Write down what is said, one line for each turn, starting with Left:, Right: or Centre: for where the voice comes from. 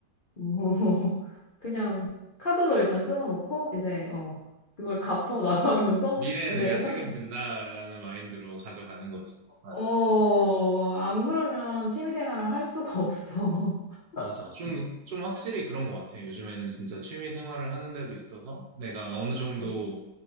Left: 어. <laughs> 그냥 카드로 일단 끊어놓고 이제 어 그걸 갚아 나가면서
Right: 미래에
Left: <laughs> 이제
Right: 내가
Left: 회사를
Right: 책임진다라는 마인드로 가져가는 거지. 맞아.
Left: 어, 안 그러면 취미생활을 할 수가 없어. <laughs>
Right: 맞아. 좀, 좀 확실히 그런 것 같아. 요즘에는 진짜 취미 생활을 하는 데도 있어서 내가 어느 정도
Left: 음,